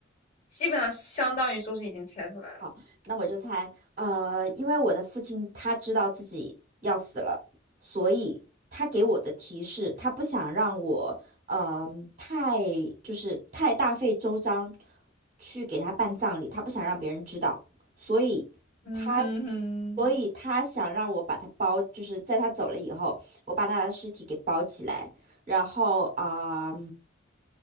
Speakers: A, on the left; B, on the right.
A: 基本上相当于说是已经猜出来了。
B: 好，那我就猜，呃，因为我的父亲他知道自己要死了，所以他给我的提示，他不想让我，呃，太就是太大费周章去给他办葬礼，他不想让别人知道，所以。
A: 嗯哼哼，
B: 他。所以他想让我把他包，就是在他走了以后，我把他的尸体给包起来，然后啊、